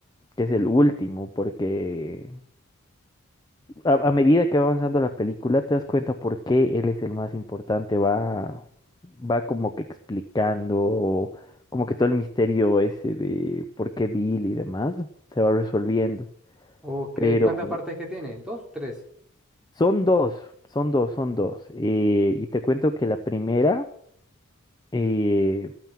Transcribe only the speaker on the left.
que es el último, porque a, a medida que va avanzando la película, te das cuenta por qué él es el más importante. Va, va como que explicando, como que todo el misterio ese de por qué Bill y demás se va resolviendo.
Pero
son dos, son dos, son dos. Eh, y te cuento que la primera eh,